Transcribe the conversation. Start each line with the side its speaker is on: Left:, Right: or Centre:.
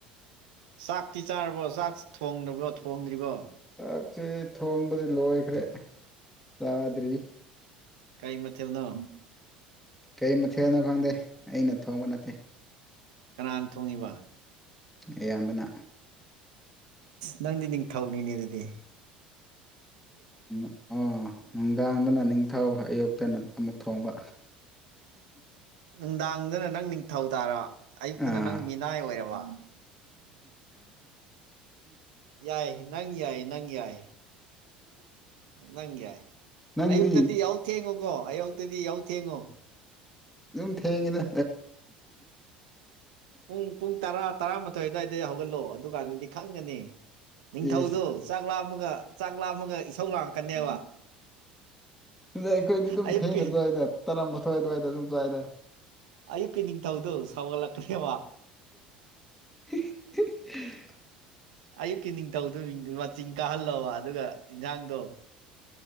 Right: ꯆꯥꯛꯇꯤ ꯆꯥꯔꯕꯣ ꯆꯥꯛ ꯊꯣꯡꯗꯕ꯭ꯔꯣ ꯊꯣꯡꯗ꯭ꯔꯤꯕꯣ
Centre: ꯆꯥꯛꯁꯦ ꯊꯣꯡꯕꯗꯤ ꯂꯣꯏꯈ꯭ꯔꯦ ꯆꯥꯗ꯭ꯔꯤ
Right: ꯀꯔꯤ ꯃꯊꯦꯜꯅꯣ
Centre: ꯀꯩ ꯃꯊꯦꯜꯅꯣ ꯈꯪꯗꯦ ꯑꯩꯅ ꯊꯣꯡꯕ ꯅꯠꯇꯦ
Right: ꯀꯅꯥꯅ ꯊꯣꯡꯉꯤꯕ
Centre: ꯑꯌꯥꯝꯕꯅ
Right: ꯅꯪꯗꯤ ꯅꯤꯡꯊꯧꯅꯤꯅꯦ ꯑꯗꯨꯗꯤ
Centre: ꯎꯝ ꯑ ꯅꯨꯡꯗꯥꯡꯗꯅ ꯅꯤꯡꯊꯧ ꯑꯌꯨꯛꯇꯅ ꯑꯃꯨꯛ ꯊꯣꯡꯕ
Right: ꯅꯨꯡꯗꯥꯡꯗꯅ ꯅꯪ ꯅꯤꯡꯊꯧ ꯇꯥꯔꯕ ꯑꯌꯨꯛꯇꯅ
Centre: ꯑꯥ
Right: ꯅꯪ ꯃꯤꯅꯥꯏ ꯑꯣꯏꯔꯕ ꯌꯥꯏ ꯅꯪ ꯌꯥꯏ ꯅꯪ ꯌꯥꯏ ꯅꯪ ꯌꯥꯏ
Centre: ꯅꯪꯗꯤ
Right: ꯑꯌꯨꯛꯇꯗꯤ ꯌꯥꯎ ꯊꯦꯡꯉꯨꯀꯣ ꯑꯌꯨꯛꯇꯗꯤ ꯌꯥꯎ ꯊꯦꯡꯉꯣ
Centre: ꯑꯗꯨꯝ ꯊꯦꯡꯉꯤꯗ
Right: ꯄꯨꯡ ꯄꯨꯡ ꯇꯔꯥ ꯇꯔꯥꯃꯥꯊꯣꯏ ꯑꯗꯨꯋꯥꯏꯗ ꯍꯧꯒꯠꯂꯛꯑꯣ ꯑꯗꯨꯀꯥꯟꯗꯗꯤ ꯈꯪꯒꯅꯤ ꯅꯤꯡꯊꯧꯗꯣ
Centre: ꯏꯁ
Right: ꯆꯥꯛ ꯂꯥꯞꯝꯃꯒ ꯆꯥꯛ ꯂꯥꯝꯃꯒ ꯏꯁꯧ ꯂꯥꯡꯉꯛꯀꯅꯦꯕ
Centre: ꯑꯩꯈꯣꯏꯗꯤ ꯑꯗꯨꯝ
Right: ꯑꯌꯨꯛꯀꯤ
Centre: ꯊꯦꯡꯅ ꯆꯏꯗ ꯇꯔꯥꯃꯊꯋꯥꯏ ꯑꯗꯨꯋꯥꯏꯗ ꯑꯗꯨꯝ ꯆꯋꯥꯏꯗ
Right: ꯑꯌꯨꯛꯀꯤ ꯅꯤꯡꯊꯧꯗꯨꯣ ꯁꯧꯒꯠꯂꯛꯀ꯭ꯔꯦꯕ
Centre: <unintelligible>
Right: ꯑꯌꯨꯛꯀꯤ ꯅꯤꯡꯊꯧꯗꯨ ꯃꯤꯡ ꯃꯆꯤꯟ ꯀꯥꯍꯜꯂꯣꯧꯕ ꯑꯗꯨꯒ ꯏꯟꯖꯥꯡꯗꯣ